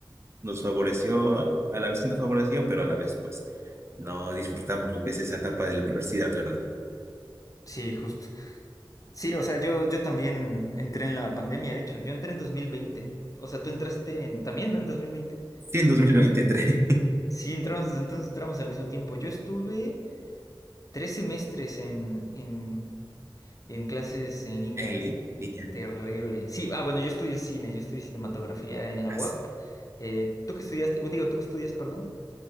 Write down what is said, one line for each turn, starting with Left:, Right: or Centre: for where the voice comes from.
Right: nos favoreció, a la vez sí nos favoreció, pero a la vez pues no disfrutamos lo que es esa etapa de la universidad, ¿verdad?
Left: sí, justo. Sí, o sea, yo, yo también entré en la pandemia, de hecho, yo entré en 2020, o sea, ¿tú entraste en, también, ¿no? en 2020?
Right: Sí, en 2020 entré
Left: Sí, entramos, entonces entramos al mismo tiempo. Yo estuve tres semestres en, en, en clases en
Right: <laughs>
Left: línea.
Right: en li- línea.
Left: Terrible. Sí, ah, bueno, yo estudio cine, yo estudio cinematografía en la
Right: Así.
Left: UAP. Eh, ¿tú qué estudiaste? Bueno, Digo, ¿tú qué estudias, perdón?